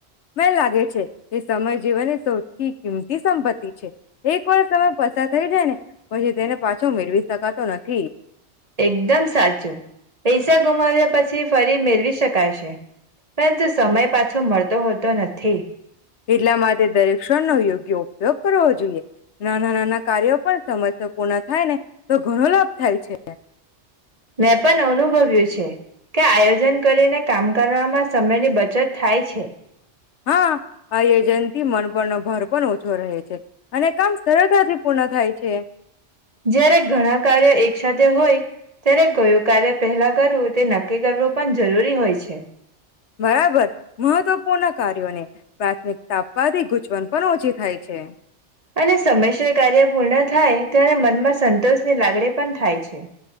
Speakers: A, on the left; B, on the right.
A: મને લાગે છે એ સમય જીવનની સૌથી કિંમતી સંપત્તિ છે. એક વાર સમય પસાર થઈ જાય ને પહી તેને પાછો મેળવી શકાતો નથી.
B: એકદમ સાચું પૈસા ગુમાવ્યા પછી ફરી મેળવી શકાય છે, પરંતુ સમય પાછો મળતો હોતો નથી.
A: એટલા માટે દરેક ક્ષણ નો યોગ્ય ઉપયોગ કરવો જોઈએ, નાના નાના કાર્યો પણ સમયસ પૂર્ણ થાય ને તો ઘણો લાભ થાય છે.
B: મેં પણ અનુભવ્યું છે. કે આયોજન કરીને કામ કરવામાં સમયની બચત થાય છે.
A: હા આ એજન થી મન પરનો ભર પણ ઓછો રહે છે. અને કામ સરળતાથી પૂર્ણ થાય છે.
B: જ્યારે ઘણા કાર્ય એક સાથેથે હોય ત્યારે કયું કાર્ય પહેલા કરવું તે નક્કી કરવું પણ જરૂરી હોય છે.
A: બરાબર મહત્વપૂર્ણ કાર્યોને પ્રાથમિકતા આપવાથી ગૂંચવણ પણ ઓછી થાય છે.
B: અને સમયસર કાર્ય પૂર્ણ થાય ત્યારે મનમાં સંતોષ ની લાગણી પણ થાય છે.